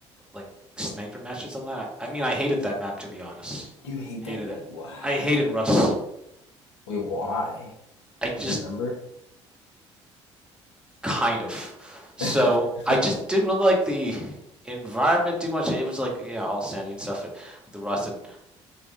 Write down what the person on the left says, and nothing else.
you hate
that map?
Why?
Wait, why?
You remember?
<laughs>